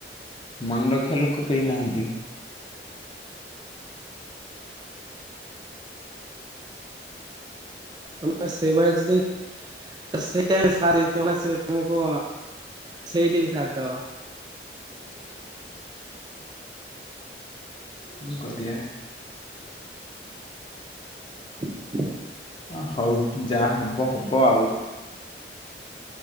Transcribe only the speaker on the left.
ମନେ ରଖି ଲୋକ କେହି ନାହାନ୍ତି।
<unintelligible> ମୁଁ କରିଆ।
ଅ ହଉ, ଯାହା ହବ ହବ ଆଉ